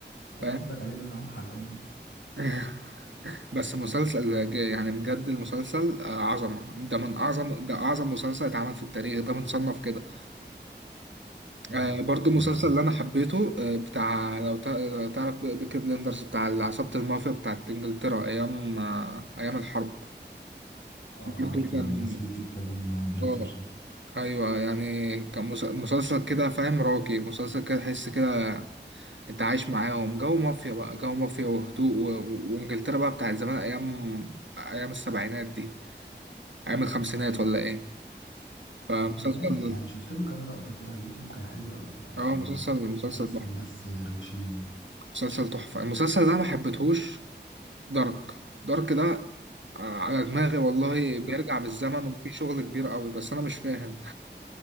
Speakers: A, on the left (about 90°); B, on the right (about 80°).
A: اللي
B: فاهم
A: أنا بقول لك عليه ده كمان حلقات بس
B: <laughs> بس مسلسل ج- يعني بجد المسلسل آه، عظمة ده من اعظم ده اعظم مسلسل اتعمل في التاريخ ده متصنف كده
A: مم.
B: آه برضو مسلسل
A: يعني
B: اللي انا حبيته آه بتاع لو تع- لو تعرف بي- بيكي بلندرز بتاع عصابة المافيا بتاعت انجلترا ايام آه ايام الحرب
A: اه
B: برضو
A: عارفه
B: كان
A: ان الناس فيه بتتكلم بريتش
B: اه
A: ده
B: ايوه يعني كان مس- مسلسل كده فاهم راقي مسلسل كده تحس كده انت عايش معاهم جو مافيا بقى جو مافيا وهدوء و... و- وانجلترا بقى بتاعت زمان ايام ايام السبعينات دي ايام الخمسينات ولا ايه فمسلسل
A: هو كان رايق يعني شفت له كام لقطة كده على اليوتيوب كان حلو قوي يعني
B: اه
A: كان
B: مسلسل مسلسل
A: تحس
B: تحفة
A: الناس روشين
B: مسلسل تحفة المسلسل اللي انا ما حبيتهوش دارك دارك ده آه، على دماغي والله
A: <laughs>
B: بيرجع بالزمن وفي شغل كبير قوي بس انا مش فاهم